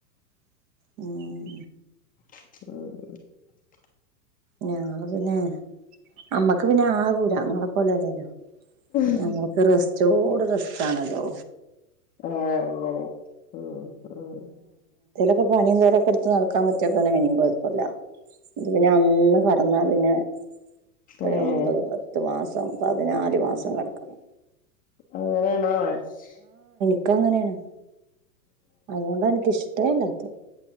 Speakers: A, on the right; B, on the left.
A: ഉം
B: ഉം
A: ഞങ്ങള് പിന്നെ അമ്മക്ക് പിന്നെ ആകൂ രഅങ്ങളെ പോലെല്ലല്ലോ
B: ഉം
A: ഞങ്ങക്ക് റെസ് ചോട് റിസ്‌കാണല്ലോ
B: ആഹ് അങ്ങനെ ഉം ഉം
A: ക്കെ പണീം തൊരൊക്കെ എടുത്ത് നടക്കാൻ പറ്റിയക്കാണ് പിന്നിം കുഴപ്പുല്ല ഇത് പിന്നെ അന്ന് കെടന്ന പിന്നെ <unintelligible>
B: ഏഹ്
A: പത്ത് മാസ സം പതിനാല് മാസം കെടക്കണം
B: അങ്ങനാണോ ശ്
A: ഒക്ക അങ്ങനെയാണ് അതുകൊണ്ട എനിക്കിഷ് ടല്ലാത്തെ